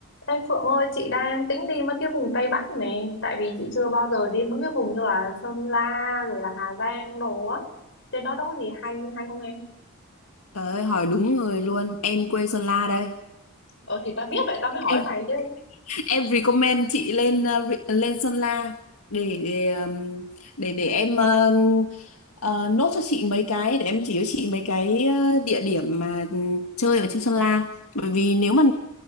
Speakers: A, on the left (about 55°); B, on the left (about 85°).
A: Ê Phượng ơi, chị đang tính đi mấy cái vùng Tây Bắc này, tại vì chị chưa bao giờ đi mấy cái vùng như là Sơn La rồi là Hà Giang đồ á. Trên đó đâu có gì hay hay không em?
B: Trời ơi, hỏi đúng người luôn. Em quê Sơn La đây.
A: Ờ thì tao biết vậy tao mới hỏi
B: Em
A: mày chứ.
B: em recommend chị lên ờ, re- lên Sơn La để để ừm, để, để em ờ, ờ, nốt cho chị mấy cái để em chỉ cho chị mấy cái ờ, địa điểm mà ừm, chơi ở trên Sơn La. Bởi vì nếu mà